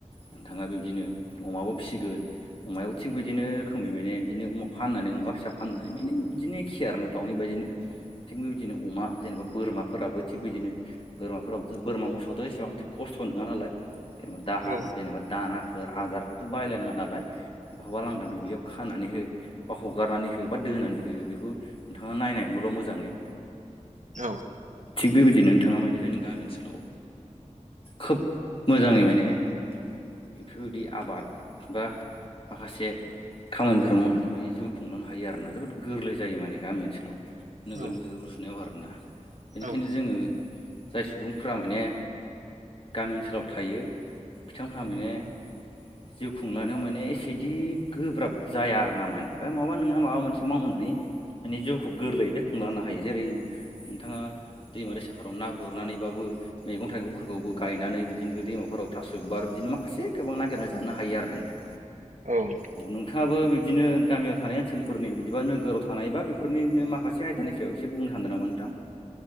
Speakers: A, on the left (about 45°); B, on the right (about 75°).
A: नोंथाङा बिबदिनो अमाबो फिसिगोन अमायाव थिग बिदिनो रोखोमै माने बिदिनो अमा फाननानै अमा फिसा फाननानै माने बिदिनो खियारनो दाउनि बायदिनो थिग बेबायदिनो अमा जेनेबा बोरमाफोराबो थिग बिदिनो बोरमाफोराबोथ बोरमा मोसौआथ' एसेबां खस्थ' नङानालाय जेनेबा दाहान
B: औ
A: जेनेबा दानाफोर आदारफोरथ' बायलायनाङा नालाय बहाबा लांदां दुब्लियाव खानानै हो बा हगारनानै हो बा दोनानै हो बेखौ नोंथाङा नायांगौल' मोजाङै
B: औ
A: थिग बेबायदिनो नोंथाङा माने जोंनि गामि ओनसोलाव खोब मोजाङै माने बेफोरबायदि आबाद बा माखासे खामानिफोर मावनानै माने जिउ खुंलांनो हायो आरोना जोबोद गोरलै जायो माने गामि ओनसोलाव नोगोरनिफ्राय
B: औ
A: रुजुनायाव आरोना
B: औ
A: बेनिखायनो जोङो जाय सुबुंफ्रा माने गामि ओनसोलाव थायो बिथांमोनहा माने जिउ खुंलानो माने एसेदि गोब्राब जाया आर ना माने बा माबा नोङो माबा मोनसे मावनानै माने जिउखौ गोरलैयैनो खुंलांनो हायो जेरै नोंथाङा दैमा दैसाफोराव ना गुरनानैबाबो मैगं थाइगंफोरखौबो गायनानै बि <unintelligible> दैमाफोराव थास'बार बिदिनो माखासे गोबां नागिरना जानो हायो आरो ना नोंथा
B: औ <unintelligible>
A: औ नोंथाङाबो बिदिनो गामियाव थानाय ओनसोलफोरनि बिदिबा नोगोराव थानायबा बेफोरनिनो मा माखासे आइदानि सायाव इसे बुंनो हागोन नामा नोंथां